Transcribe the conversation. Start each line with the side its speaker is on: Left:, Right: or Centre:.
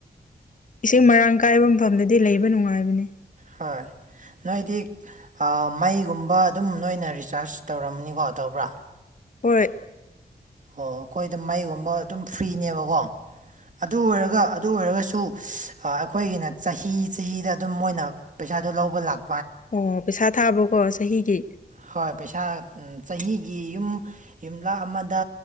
Left: ꯏꯁꯤꯡ ꯃꯔꯥꯡ ꯀꯥꯏꯕ ꯃꯐꯝꯗꯗꯤ ꯂꯩꯕ ꯅꯨꯡꯉꯥꯏꯕꯅꯦ
Right: ꯍꯣꯏ ꯅꯣꯏꯗꯤ ꯃꯩꯒꯨꯝꯕ ꯑꯗꯨꯝ ꯅꯣꯏꯅ ꯔꯤꯆꯥꯔꯖ ꯇꯧꯔꯝꯅꯤꯀꯣ ꯇꯧꯕ꯭ꯔꯥ
Left: ꯍꯣꯏ
Right: ꯑꯣ ꯑꯩꯈꯣꯏ ꯑꯗꯨꯝ ꯃꯩꯒꯨꯝꯕ ꯑꯗꯨꯝ ꯐ꯭ꯔꯤꯅꯦꯕꯀꯣ ꯑꯗꯨ ꯑꯣꯏꯔꯒ ꯑꯗꯨ ꯑꯣꯏꯔꯒꯁꯨ ꯑꯩꯈꯣꯏꯒꯤꯅ ꯆꯍꯤ ꯆꯍꯤꯗ ꯑꯗꯨꯝ ꯃꯣꯏꯅ ꯄꯩꯥ ꯄꯩꯥꯗꯨ ꯂꯧꯕ ꯂꯥꯛ
Left: ꯑꯣ ꯄꯩꯁꯥ ꯊꯥꯕꯀꯣ ꯆꯍꯤꯒꯤ
Right: ꯍꯣꯏ ꯄꯩꯁꯥ ꯆꯍꯤꯒꯤ ꯌꯨꯝ ꯌꯨꯝꯂꯛ ꯑꯃꯗ